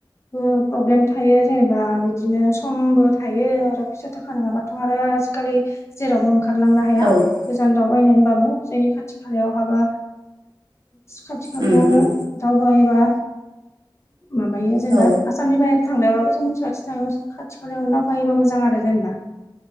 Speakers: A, on the left; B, on the right.
A: प्रब्लेम थायो जेनेबा बिदिनो समबो थायो आरो फैसा थाखा नङाबा आरो आजिखालि जेरावबो ओंखारलांनो
B: उम
A: हाया गोजान दावबायायनानैबाबो जायनि खाथि खाथि खालायाव हाबा खाथि खालायाव
B: उम उम
A: दावगायोबा माबायो जेनेबा
B: औ
A: आसामनि बाहेर थांलायाबाबो जों मिथिवथि थ खा आथिखलायाव अनदावखायोब मोजां आरो जेनेबा